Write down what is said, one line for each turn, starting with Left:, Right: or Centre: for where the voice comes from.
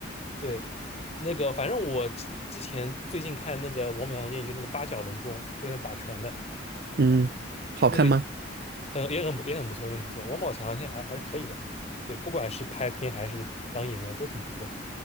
Left: 对那个，反正我之之前最近看那个王宝强的电影，就是那个《八角笼中》，就是那打拳的
Right: 嗯，好看吗？
Left: 那个，嗯，也很不也很不错，也很不错。王宝强现在还还是可以的，对，不管是拍片还是当演员都挺不错。